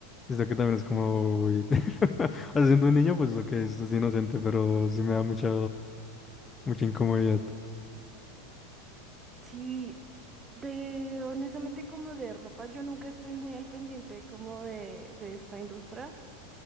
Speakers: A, on the left; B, on the right.
A: esto que también es como... uy, <laughs> O sea, siendo un niño, pues lo que es, es inocente, pero sí me da mucha... Mucha incomodidad.
B: Sí, de honestamente como de ropa, yo nunca estoy muy al pendiente como de, de esta industria,